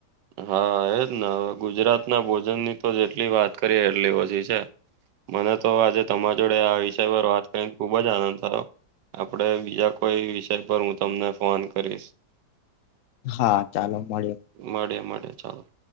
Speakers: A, on the right; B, on the left.
A: હા એજ ને હવે ગુજરાત ના ભોજન ની તો જેટલી વાત કરીએ એટલી ઓછી છે. મને તો આજે તમારા જોડે આ વિષય પર વાત કરીને ખુબ જ આનંદ થયો- આપડે બીજા કોઈ વિષય પર હું તમને ફોન કરીશ-
B: હા ચાલો મળ્યો-
A: મળ્યા મળ્યા ચાલો-